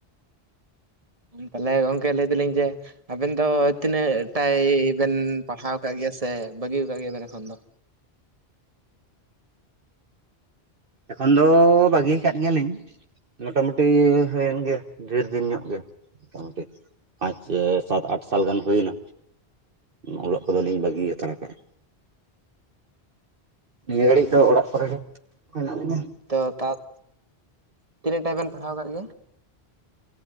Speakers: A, on the right; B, on the right.
A: ᱛᱟᱞᱦᱮ ᱜᱚᱝᱠᱮ ᱞᱟᱹᱭ ᱫᱟᱞᱤᱧ ᱡᱮ᱾ ᱟᱵᱮᱱ ᱫᱚ ᱛᱤᱱᱟᱹᱜ ᱴᱟᱭ ᱵᱮᱱ ᱯᱟᱲᱦᱟᱣ ᱠᱟᱜ ᱜᱮᱭᱟ ᱥᱮ ᱵᱟᱹᱜᱤᱣ ᱠᱟᱜ ᱜᱮᱭᱟ ᱵᱮᱱ ᱮᱠᱷᱚᱱ ᱫᱚ?
B: ᱮᱠᱷᱚᱱ ᱫᱚ ᱵᱟᱜᱤᱭ ᱠᱟᱫ ᱜᱮᱭᱟ ᱞᱤᱧ᱾ ᱢᱚᱴᱟ ᱢᱩᱴᱤ ᱦᱩᱭᱮᱱ ᱜᱮᱭᱟ ᱰᱷᱮᱨ ᱫᱤᱱ ᱧᱚᱜ ᱜᱮ᱾ ᱢᱚᱴᱟᱢᱩᱴᱤ ᱟᱸᱪ ᱥᱟᱛ ᱟᱴ ᱥᱟᱞ ᱜᱟᱱ ᱦᱩᱭᱱᱟ᱾ ᱚᱞᱚᱜ ᱠᱚᱫᱚ ᱞᱤᱧ ᱵᱟᱜᱤ ᱦᱟᱛᱟᱲ ᱠᱟᱜ-ᱟ᱾ ᱱᱤᱭᱟᱹ ᱜᱷᱟᱹᱲᱤᱡ ᱫᱚ ᱚᱲᱟᱜ ᱠᱚᱨᱮ ᱜᱮ ᱢᱮᱱᱟᱜ ᱞᱤᱧᱟ᱾
A: ᱛᱚ ᱛᱟᱛ ᱛᱤᱱᱟᱹᱜ ᱴᱟ ᱵᱮᱱ ᱯᱟᱲᱦᱟᱣ ᱠᱟᱜ ᱜᱮᱭᱟ?